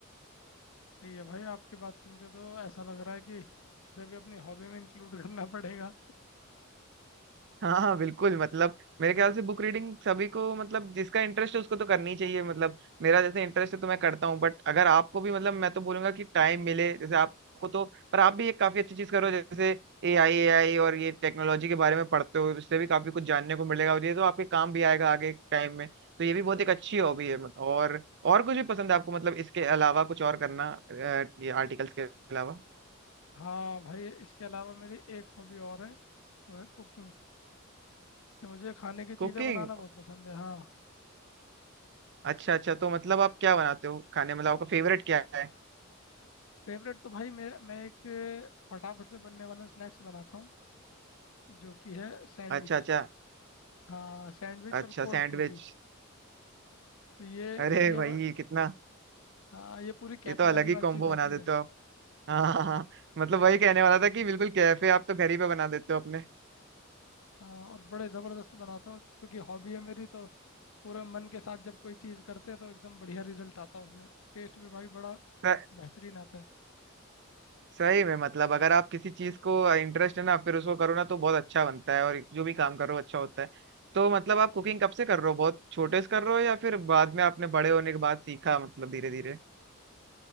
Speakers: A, on the left (about 75°); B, on the right (about 55°).
A: सही है भाई आपकी बात सुन के तो ऐसा लग रहा है कि उसे भी अपनी हॉबी में इंक्लूड करना पड़ेगा
B: हाँ हाँ बिल्कुल मतलब मेरे ख्याल से बुक रीडिंग सभी को मतलब जिसका इंटरेस्ट है उसको तो करनी चाहिए मतलब मेरा जैसे इंटरेस्ट है तो मैं करता हूँ बट अगर आपको भी मतलब मैं तो बोलूंगा कि टाइम मिले जैसे आपको तो पर आप भी एक काफी अच्छी चीज करो जैसे ए आई ए आई और ये टेक्नोलॉजी के बारे में पढ़ते हो इससे भी काफी कुछ जानने को मिलेगा और ये तो आपके काम भी आएगा आगे टाइम में तो ये भी बहुत एक अच्छी हॉबी है मतलब और और कुछ भी पसंद है आपको मतलब इसके अलावा कुछ और करना अ, ये आर्टिकल्स के अलावा
A: हाँ भाई इसके अलावा मेरी एक हॉबी और है वो है कुकिंग कि मुझे खाने की
B: कुकिंग
A: चीज़ें बनाना बहुत पसंद है हाँ
B: अच्छा अच्छा तो मतलब आप क्या बनाते हो खाने मतलब आपका फेवरेट क्या है
A: फेवरेट तो भाई मेरा मैं एक फटाफट से बनने वाला स्नैक्स बनाता हूँ जो कि है सैंडविच
B: अच्छा अच्छा
A: हाँ सैंडविच
B: अच्छा
A: और कोल्ड
B: सैंडविच
A: कॉफ़ी तो ये
B: अरे
A: ये
B: भाई
A: ब-
B: कितना
A: हाँ ये पूरी कैफ़े
B: ये तो अलग
A: वाली
B: ही
A: बातचीत
B: कॉम्बो
A: आती
B: बना देते
A: है
B: हो आप हाँ हाँ हाँ मतलब वही कहने वाला था कि बिल्कुल कैफे आप तो घर ही पे बना देते हो अपने
A: हाँ और बड़े ज़बरदस्त बनाता हूँ क्योंकि हॉबी है मेरी तो पूरे मन के साथ जब कोई चीज़ करते हैं तो एकदम बढ़िया रिजल्ट आता है उसमें और टेस्ट भी भाई बड़ा
B: स-
A: बेहतरीन आता है
B: सही में मतलब अगर आप किसी चीज को इंटरेस्ट है ना फिर उसको करो ना तो बहुत अच्छा बनता है और जो भी काम करो अच्छा होता है तो मतलब आप कुकिंग कब से कर रहे हो बहुत छोटे से कर रहे हो या फिर बाद में आपने बड़े होने के बाद सीखा मतलब धीरे धीरे